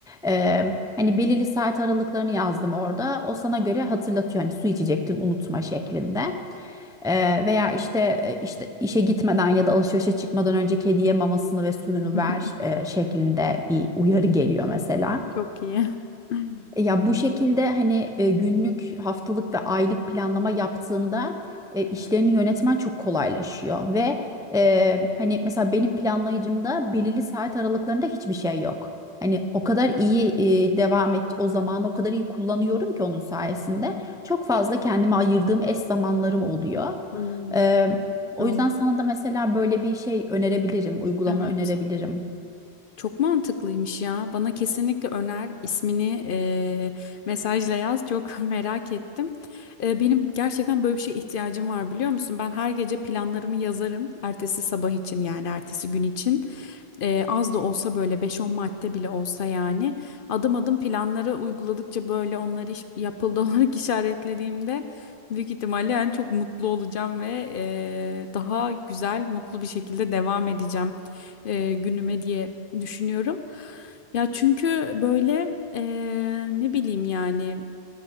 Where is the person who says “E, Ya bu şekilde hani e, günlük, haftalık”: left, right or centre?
Centre